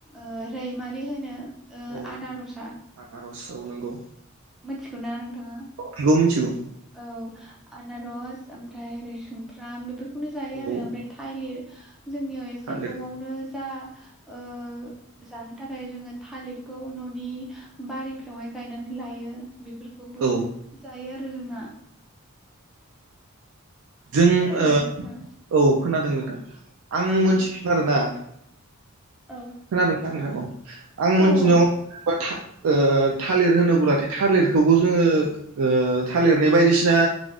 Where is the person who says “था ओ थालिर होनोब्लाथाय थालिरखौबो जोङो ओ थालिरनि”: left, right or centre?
Right